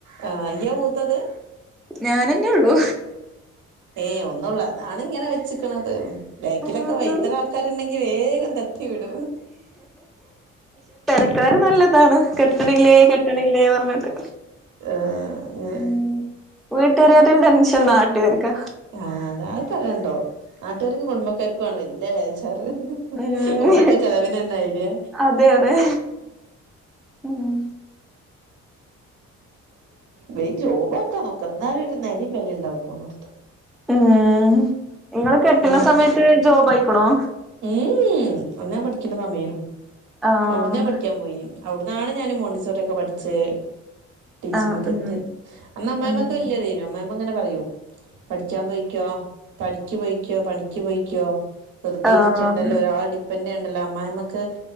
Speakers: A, on the right; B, in the centre.
A: ആ ഇയ്യ മൂത്തത്
B: ഞാനെന്നയുള്ളു
A: ഏയ് ഒന്നള്ള അതാണ് ഇങ്ങനെ വെച്ചക്കണത് ബേക്കിലൊക്കെ
B: ഉം
A: വെയ്തൽ ആൾക്കാരുണ്ടെങ്കി വേഗം തെ വിട
B: ആക്കർ നല്ലതാണ് കെട്ടണില്ലേ കെട്ടണില്ലേ പറഞ്ഞിട്ട്
A: ആ അങ്ങനെ
B: ഉ വീട്ടുക്കാരെക്കാളും ടെൻഷൻ നാട്ടുകാർക്ക
A: ആ അതു പറയാനുണ്ടോ നാട്ടുകാർക്കും കുടുംബക്കാർക്കും ആണ് വല്യ ബേച്ചാർ
B: ഉം
A: ഓലറ്റം ചിലവിനുതരുന്നമാതിരിയ
B: അതെ അതെ ഉം
A: വേം ജോബക്കാൻ നോക്ക് എന്നാലേ ഒരു നിലവിലയും ഉണ്ടാവും പോണടുത്ത്
B: ഉം നിങ്ങള് കെട്ടുന്ന
A: അങ്ങട്ട്
B: സമയത്ത് ജോബ് ആയിക്കണോ
A: ഉം അന്ന് പഠിക്കുന്ന സമയനു
B: ആഹ്
A: അവിടുന്നേ പഠിക്കാൻ പോയി അവിടന്നാണ് ഞാൻ മോണ്ടിസോറ ഒക്കെ പഠിച്ചത് ടീച്ചിങ്ങ
B: ആഹ്
A: എത്തിയ
B: ഉം
A: അന്ന് അമ്മായിമാക്കെ
B: ഉം
A: വലിയതേനു അമ്മായിഅമ്മ ഇങ്ങനെ പറയൂ പഠിക്കാൻ പോയിക്കോ പടിക്ക് പോയിക്കോ പണിക്ക് പോയിക്കോ വെറുതെ
B: ആഹ്
A: ഇരിക്കണ്ടല്ലോ ഒരാളെ ഡിപ്പെെൻഡറ് ചെയ്യണ്ടല്ലോ അമ്മായിമ്മക്